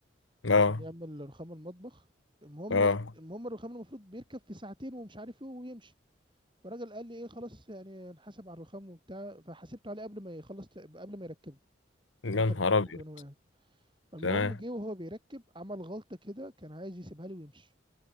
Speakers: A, on the left; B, on the right.
A: اه
B: عشان يعمل رخام المطبخ المهم
A: اه
B: المهم الرخام المفروض بيركب في ساعتين ومش عارف ايه ويمشي فالراجل قال لي ايه خلاص يعني هنحاسب على الرخام وبتاع فحاسبته عليه قبل ما يخلص قبل ما يركبه
A: يا
B: هو كان
A: نهار
B: وكان
A: ابيض
B: واقف. المهم
A: تمام
B: جه وهو بيركب عمل غلطة كده كان عايز يسيبها لي ويمشي